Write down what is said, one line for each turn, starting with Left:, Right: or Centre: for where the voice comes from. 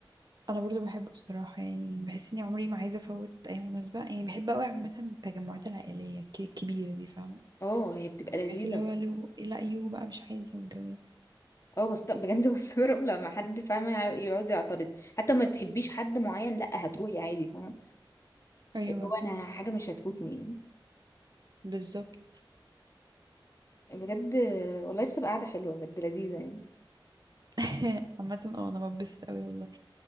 Right: انا برضو بحبه الصراحه يعني بحس اني عمري ما عايزه افوت اي مناسبه يعني بحب قوي عامه التجمعات العائليه الك- الكبيره دي فاهمه
Left: اه هي بتبقى لذيذه
Right: بحس اللي هو لو لا يو بقى مش عايزه والجو ده
Left: اه بس طب بجد <laughs> بستغرب لما حد فاهمه يقعد يعترض حتى ما بتحبيش حد معين لا هتروحي عادي فاهمه
Right: ايوه
Left: اللي هو انا حاجه مش هتفوتني يعني
Right: بالظبط
Left: بجد والله بتبقى قاعدة حلوة بجد لذيذة يعني
Right: <laughs> عامه اه انا بتبسط قوي والله